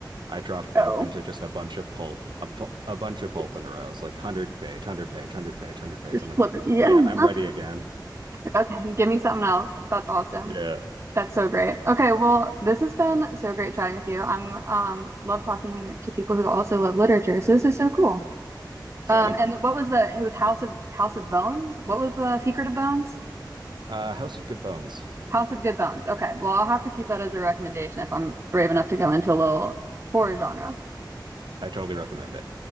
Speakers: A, on the right; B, on the right.
A: I dropped
B: Oh,
A: out into just a bunch of pulp, a, bu- a bunch of pulp
B: <laughs>
A: in a row. It's like 100 page, 100 page, 100 page, 100 page.
B: just
A: I'm like,
B: flip it. Yeah.
A: yeah, I'm
B: <laughs>
A: ready again.
B: Okay, give me something else. That's awesome.
A: Yeah.
B: That's so great. Okay, well, this has been so great chatting with you. I'm um love talking to people who also love literature, so this is so cool.
A: Same.
B: Um, and what was the, it was House of House of Bones? What was the Secret of Bones?
A: Uh, House with Good Bones.
B: House of Good Bones. Okay. Well, I'll have to keep that as a recommendation if I'm brave enough to go into a little horror genre.
A: I totally recommend it.